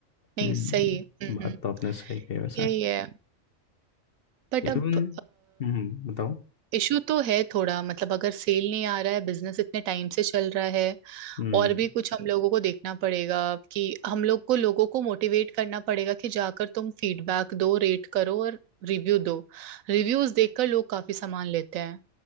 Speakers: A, on the right; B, on the left.
A: नहीं
B: हम्म
A: सही हम्म
B: बात
A: हम्म
B: तो आपने सही कही वैसे
A: यही है बट
B: इवन
A: अब
B: हम्म बताओ
A: इशू तो है थोड़ा मतलब अगर सेल नहीं आ रहा है बिजनेस इतने टाइम से चल रहा है
B: हम्म
A: और भी कुछ हम लोगों को देखना पड़ेगा कि हम लोग को लोगों को मोटिवेट करना पड़ेगा कि जाकर तुम फीडबैक दो रेट करो और रिव्यू दो रिव्यूज देखकर लोग काफी सामान लेते हैं